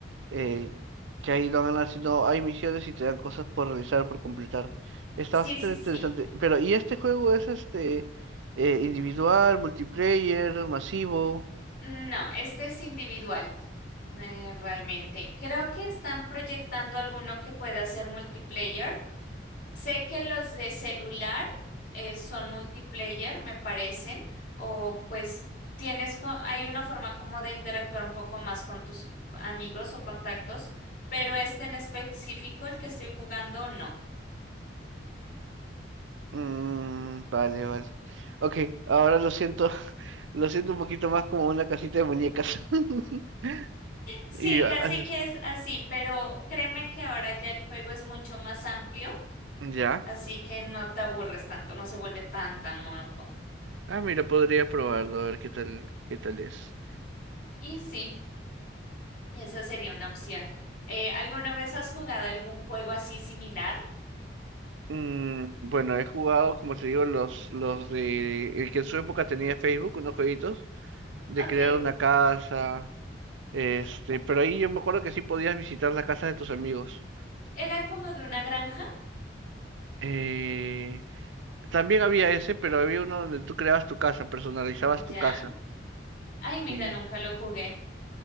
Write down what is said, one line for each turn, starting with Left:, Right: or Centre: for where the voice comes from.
Right: eh, que ahí lo ganas, sino hay misiones y te dan cosas por realizar, por completar. Está
Left: Sí,
Right: bastante
Left: sí,
Right: interesante.
Left: sí.
Right: Pero, ¿y este juego es este eh, individual, multiplayer, masivo?
Left: No, este es individual. eh, realmente, creo que están proyectando alguno que pueda ser multiplayer, Sé que los de celular eh, son multiplayer, me parecen, o pues tienes, co- hay una forma como de interactuar un poco más con tus amigos o contactos, pero este en específico, el que estoy jugando, no.
Right: Mm, vale, vale. Ok, ahora lo siento, <laughs> lo siento un poquito más como una casita de muñecas. <laughs>
Left: Sí,
Right: Y
Left: casi
Right: ah,
Left: que es así, pero créeme que ahora ya el juego es mucho más amplio,
Right: ya.
Left: así que no te aburres tanto, no se vuelve tan, tan monótono.
Right: Ah, mira, podría probarlo, a ver qué tal, qué tal es.
Left: Y sí, esa sería una opción. Eh, ¿alguna vez has jugado algún juego así similar?
Right: Mm, bueno, he jugado, como te digo, los, los de... El que en su época tenía Facebook, unos jueguitos, de
Left: Ok.
Right: crear una casa, este, pero ahí yo me acuerdo que sí podías visitar la casa de tus amigos.
Left: Era como de una granja,
Right: Eh, también había ese, pero había uno donde tú creabas tu casa, personalizabas
Left: ya.
Right: tu casa.
Left: Ay, mira,
Right: Y
Left: nunca lo jugué.